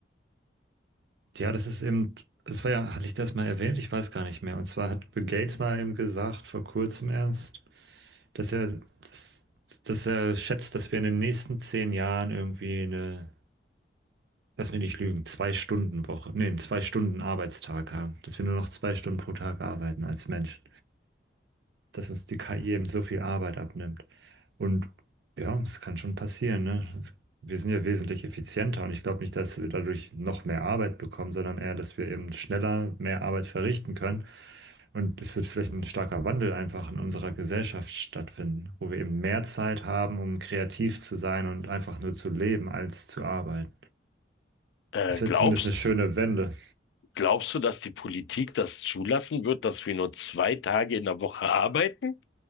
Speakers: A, on the right; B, on the left.
A: Ja, das ist eben, das war ja, hatte ich das mal erwähnt? Ich weiß gar nicht mehr. Und zwar hat Bill Gates mal eben gesagt, vor kurzem erst, dass er, dass, dass er schätzt, dass wir in den nächsten zehn Jahren irgendwie eine, lass mich nicht lügen, zwei Stunden Woche, nee, einen zwei Stunden Arbeitstag haben. Dass wir nur noch zwei Stunden pro Tag arbeiten als Mensch dass uns die KI eben so viel Arbeit abnimmt. Und ja, es kann schon passieren, ne? Wir sind ja wesentlich effizienter und ich glaube nicht, dass wir dadurch noch mehr Arbeit bekommen, sondern eher, dass wir eben schneller mehr Arbeit verrichten können. Und es wird vielleicht ein starker Wandel einfach in unserer Gesellschaft stattfinden, wo wir eben mehr Zeit haben, um kreativ zu sein und einfach nur zu leben, als zu arbeiten.
B: Äh,
A: Das
B: glaubst,
A: wäre zumindest eine schöne Wende.
B: glaubst du, dass die Politik das zulassen wird, dass wir nur zwei Tage in der Woche arbeiten?